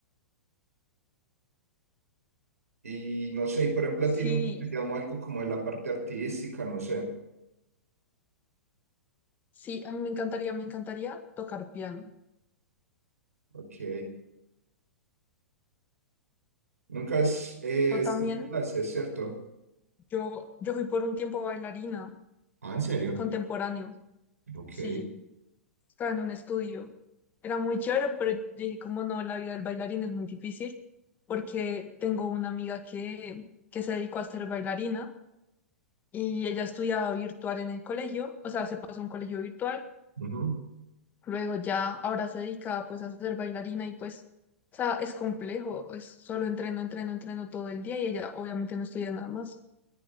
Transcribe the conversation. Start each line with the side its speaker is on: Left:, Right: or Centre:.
Right: Y no sé, y por ejemplo,
Left: Sí,
Right: a ti nunca te llamó algo como de la parte artística, no sé.
Left: sí, a mí me encantaría, me encantaría tocar piano.
Right: Ok. Nunca has eh,
Left: O
Right: estudiado
Left: también,
Right: clases, ¿cierto?
Left: yo, yo fui por un tiempo bailarina
Right: Ah, ¿en serio?
Left: contemporáneo,
Right: Ok.
Left: sí. estaba en un estudio. Era muy chévere, pero yo dije, como no, la vida del bailarín es muy difícil porque tengo una amiga que, que se dedicó a ser bailarina y ella estudiaba virtual en el colegio, o sea, se pasó a un colegio virtual,
Right: Ujú.
Left: luego ya ahora se dedica pues a ser bailarina y pues, o sea, es complejo, es solo entreno, entreno, entreno todo el día y ella obviamente no estudia nada más.